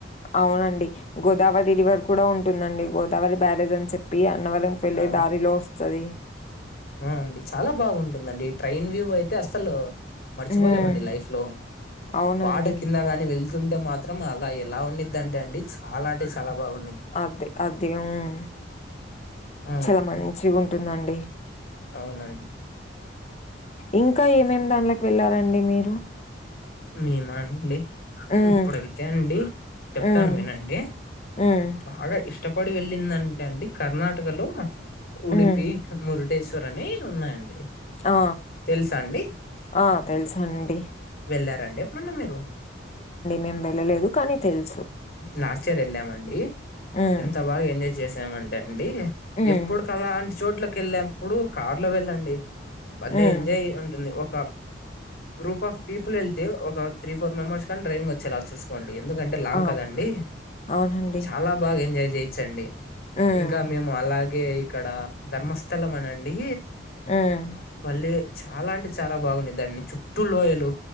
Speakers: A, on the left; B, on the left.
A: అవునండి, గోదావరి రివర్ కూడా ఉంటుందండి, గోదావరి బ్యారేజ్ అని చెప్పి అ. అన్నవరం పెళ్ళే
B: ఆ!
A: దారిలో ఓస్తది.
B: ఆ అండి చాలా బాగుంటుందండి ట్రైన్ వ్యూ అయితే అస్సలు. మర్చిపోలేమండి
A: హ్మ్.
B: లైఫ్ లో,
A: అవునండి.
B: వాటర్ కింద గాని వెళ్. ఏళ్తుంటే మాత్రం అలా ఎలా ఉండిది అండి, సాలా అంటే సాలా బాగు.
A: అదే అదే ఉమ్,
B: ఆ!
A: చాలా
B: అండి.
A: మంచి ఉంటుందండి.
B: అవునండి.
A: ఇంకా ఏమేమి దానిలోకి వెళ్లారండి మీరు.
B: మేమా అండి.
A: హ్మ్.
B: ఇప్పుడు అయితేఅండి, చెప్తాను
A: హ్మ్.
B: వినండి,
A: హ్మ్.
B: బాగా ఇష్టం. అప్పడు వెళ్ళిందంటే అండి, కర్ణాటకలో ఉడిపి
A: హ్మ్.
B: మురుటేశ్వ. చూరని ఉన్నాయండి.
A: ఆ
B: తెలుసా అండి
A: ఆ తెలుసా అండి.
B: వెళ్ళారండి ఎప్పుడన్నా మీరు.
A: మేము వెళ్ళలేదు. కానీ తెలుసు.
B: లాస్ట్ ఇయర్ ఏళ్ళామండి.
A: హ్మ్.
B: ఎంత బాగ ఎంజాయ్ చె. చేసామంటే అండి,
A: హ్మ్.
B: ఎప్పుడుకలాలాంటి చోట్లకి ఏళ్ళేప్పుడు కార్ లో వెళ్ళండి. భళ్లే
A: హ్మ్.
B: ఎంజాయ్ ఉంటుంది ఒక, గ్రూప్ ఆఫ్. పీపుల్ ఏళ్తే ఒక, త్రీ ఫో మెంబర్స్ కైన డైవింగ్ వొచ్చేలా చూకోండి. ఎందుకంటే లాంగ్
A: ఆ!
B: కదండి,
A: అవునండి.
B: చాలా బాగా ఎంజాయ్ జెయచ్చండి.
A: హ్మ్.
B: ఇంకా మేము అలాగే ఇక్కడ, ధర్మస్థలం అనండి.
A: హ్మ్.
B: మళ్ళీ చాలా అంటే చాలా బాగుండిదండి, చుట్టూ లోయలు.